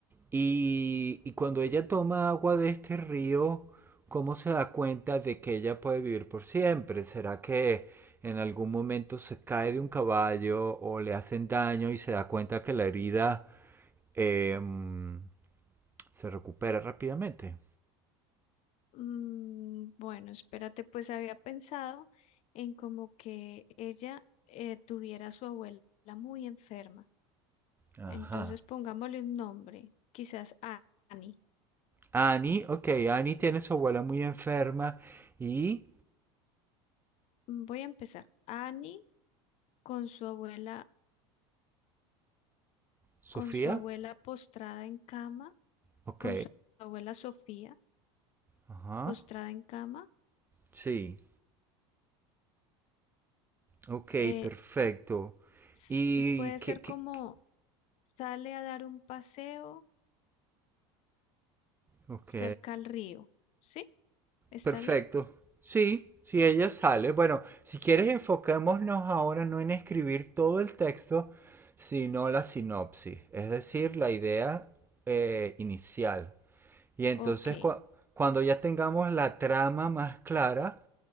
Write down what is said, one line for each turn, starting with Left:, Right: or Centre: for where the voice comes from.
Right: Y, y cuando ella toma agua de este río, ¿cómo se da cuenta de que ella puede vivir por siempre? ¿Será que en algún momento se cae de un caballo o le hacen daño y se da cuenta que la herida em, se recupera rápidamente?
Left: Mm, bueno, espérate, pues había pensado en como que ella eh, tuviera a su abuela muy enferma.
Right: Ajá.
Left: Entonces pongámosle un nombre, quizás Annie.
Right: Annie, ok, Annie tiene a su abuela muy enferma y
Left: Mm, Voy a empezar. Annie con su abuela
Right: Sofía,
Left: con su abuela postrada en cama,
Right: ok,
Left: con su abuela Sofía
Right: ajá,
Left: postrada en cama.
Right: sí, ok,
Left: eh,
Right: perfecto.
Left: s-
Right: ¿Y
Left: puede
Right: qué,
Left: ser
Right: qué,
Left: como
Right: qué?
Left: sale a dar un paseo
Right: Ok.
Left: cerca al río, ¿sí? ¿Está
Right: Perfecto.
Left: bien?
Right: Sí, si ella sale. Bueno, si quieres enfocémonos ahora no en escribir todo el texto, sino la sinopsis, es decir, la idea eh, inicial. Y entonces
Left: Ok,
Right: cu- cuando ya tengamos la trama más clara,